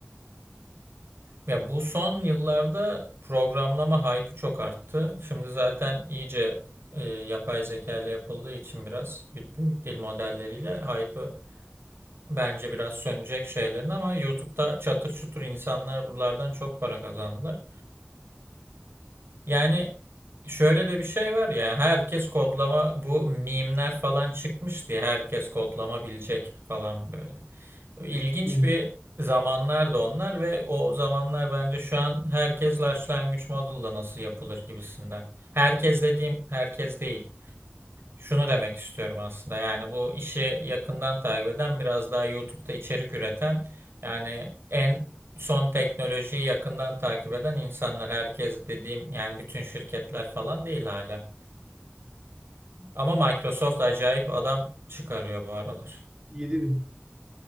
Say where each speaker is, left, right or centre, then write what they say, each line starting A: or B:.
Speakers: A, on the right (about 75°); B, on the right (about 20°).
A: Ya bu son yıllarda programlama hype'ı çok arttı. Şimdi zaten iyice e, yapay zeka ile yapıldığı için biraz bir büyük dil modelleriyle hype'ı Bence biraz sönecek şeylerin ama YouTube'da çatır çutur insanlar buralardan çok para kazandılar. Yani şöyle de bir şey var ya herkes kodlama bu mimler falan çıkmış diye herkes kodlama bilecek falan böyle. İlginç
B: Evet.
A: bir zamanlardı onlar ve o zamanlar bence şu an herkes large language model'la nasıl yapılır gibisinden. Herkes dediğim herkes değil. Şunu demek istiyorum aslında. Yani bu işi yakından takip eden, biraz daha YouTube'da içerik üreten, yani en son teknolojiyi yakından takip eden insanlar. Herkes dediğim yani bütün şirketler falan değil hala. Ama Microsoft acayip adam çıkarıyor bu aralar.
B: yedi bin